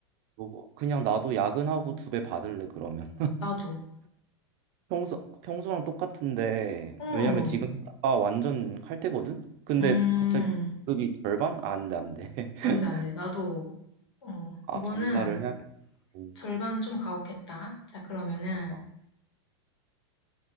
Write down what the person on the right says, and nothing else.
그거 그냥 나도 야근하고 두 배 받을래 그러면.
평소, 평소랑 똑같은데,
왜냐면 지금 아다 완전 칼퇴거든? 근데
갑자기 급이 절반? 아, 안 돼, 안 돼. <laughs>
아,
전자를 해야겠다. 음,
맞아.